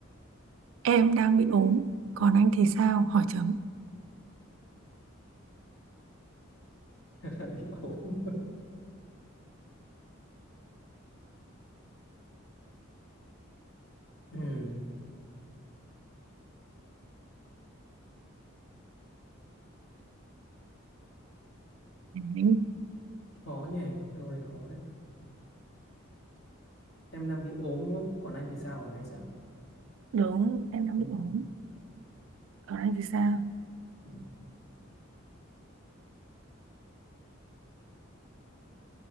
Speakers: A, on the right (about 70°); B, on the left (about 70°).
A: Em đang bị ốm, còn anh thì sao? Hỏi chấm.
B: <laughs> bị ốm Ừ,
A: Đấy,
B: khó nhỉ, câu này khó đấy. Em đang bị ốm đúng không? Còn anh thì sao hả hay sao?
A: Đúng, em đang
B: Ừ.
A: bị ốm. Còn anh thì sao?
B: ừ.